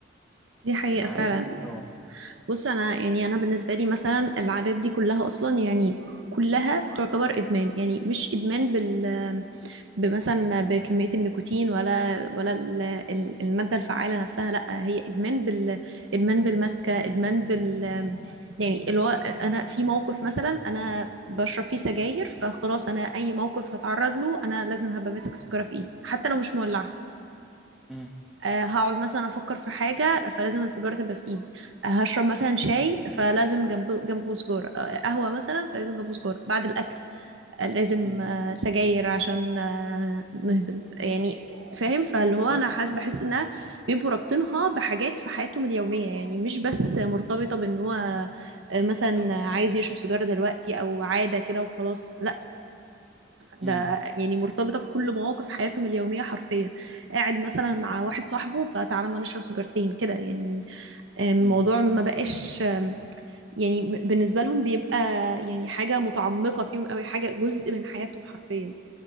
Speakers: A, on the right; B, in the centre.
A: دي حقيقة
B: معايا
A: فعلا
B: فهد اه
A: بص انا يعني انا بالنسبه لي مثلا العادات دي كلها اصلا يعني كلها تعتبر ادمان يعني مش ادمان بال بمثلا بكميه النيكوتين ولا ولا ال- ال- الماده الفعاله نفسها لا هي ادمان بال ادمان بالمسكه ادمان بال يعني اللي هو انا في موقف مثلا انا بشرب فيه سجاير فخلاص انا اي موقف هتعرض له انا لازم هبقى ماسك السيجاره في ايدي حتى لو مش مولعه
B: مم.
A: آه، هقعد مثلا افكر في حاجه فلازم السيجاره تبقى في ايدي آه، هشرب مثلا شاي فلازم جنبه جنبه سجاره آه، قهوه مثلا فلازم جنبه سجاره بعد الاكل آه، لازم
B: مم.
A: آه، سجاير عشان آه، نهضم يعني فاهم فاللي
B: بالظبط
A: هو انا حاسس بحس انها بيبقوا رابطينها بحاجات في حياتهم اليوميه يعني مش بس مرتبطه بان هو آه، مثلا عايز يشرب سيجاره دلوقتي او عاده كده وخلاص ده
B: امم
A: يعني مرتبطة بكل مواقف حياتهم اليومية حرفيا قاعد مثلا مع واحد صاحبه فتعالى ما نشرب سيجارتين كده يعني الموضوع
B: امم
A: ما بقاش يعني بالنسبة لهم بيبقى يعني حاجة متعمقة فيهم قوي حاجة جزء من حياتهم حرفيا